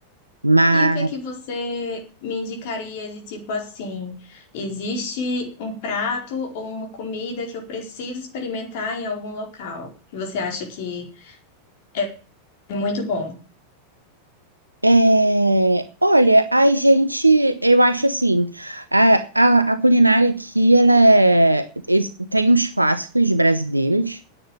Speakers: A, on the right; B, on the left.
A: Mas.
B: E o que é que você me indicaria de tipo assim? Existe um prato ou uma comida que eu preciso experimentar em algum local? que Você acha que é muito bom?
A: É, olha, a gente, eu acho assim, a, a, a culinária aqui, ela é, es- tem uns clássicos brasileiros,